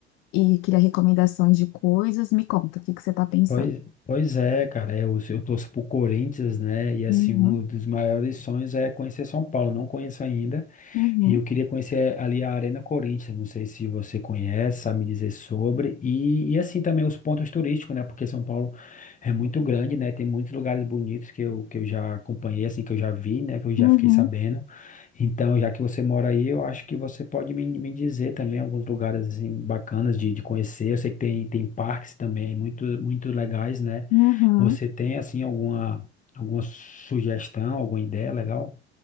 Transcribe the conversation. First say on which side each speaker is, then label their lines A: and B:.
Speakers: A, on the left (about 40°); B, on the left (about 25°).
A: e queria recomendações de coisas. Me conta, o que que você está pensando?
B: Pois, pois é, cara, é, eu, eu torço pro Corinthians, né? E assim,
A: Uhum,
B: um dos maiores sonhos é conhecer São Paulo. Não conheço ainda,
A: uhum,
B: e eu queria conhecer ali a Arena Corinthians, não sei se você conhece, sabe me dizer sobre, e, e assim também os pontos turísticos, né? Porque São Paulo é muito grande, né? Tem muitos lugares bonitos que eu, que eu já acompanhei, assim, que eu já vi, né? Que eu já
A: uhum,
B: fiquei sabendo. Então, já que você mora aí, eu acho que você pode me, me dizer também alguns lugares, assim, bacanas de, de conhecer. Eu sei que tem, tem parques também muito, muito legais, né?
A: uhum.
B: Você tem, assim, alguma, alguma sugestão, alguma ideia legal?